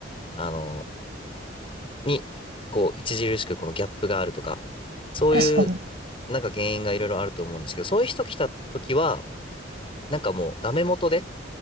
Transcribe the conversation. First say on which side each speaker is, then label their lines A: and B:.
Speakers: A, on the left; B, on the right.
A: あのに、こう、著しくこのギャップがあるとか、そういう、
B: 確かに。
A: なんか原因がいろいろあると思うんですけど、そういう人来た時は、なんかもうダメ元で、